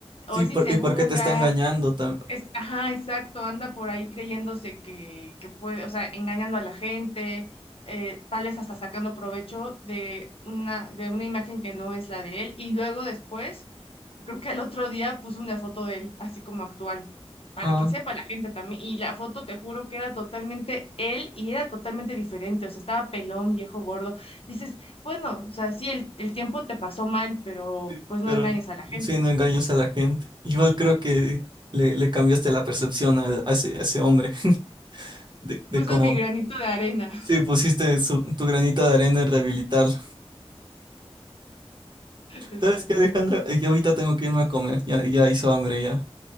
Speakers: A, on the left; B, on the right.
A: o
B: Sí,
A: es
B: por-
A: insegura,
B: y porque te está engañando también.
A: es, ajá, exacto, anda por ahí creyéndose que, que puede, o sea, engañando a la gente, eh, tal vez hasta sacando provecho de una, de una imagen que no es la de él. Y luego después, creo que al otro día puso una foto de él, así como actual, para
B: Ah,
A: que sepa la gente también. Y la foto, te juro que era totalmente él y era totalmente diferente, o sea, estaba pelón, viejo, gordo. Dices, bueno, o sea, sí, el, el tiempo te pasó mal, pero
B: sí,
A: pues no
B: pero
A: engañes a la gente.
B: sí, no engañas a la gente. Igual creo que le, le cambiaste la percepción al- a, ese, a ese hombre <laughs> de, de
A: Puse
B: cómo,
A: mi granito de arena.
B: sí, pusiste su- tu granito de arena en rehabilitarlo.
A: Exacto.
B: ¿Sabes qué, Alejandra? Yo ahorita tengo que irme a comer, ya, ya hizo hambre ya.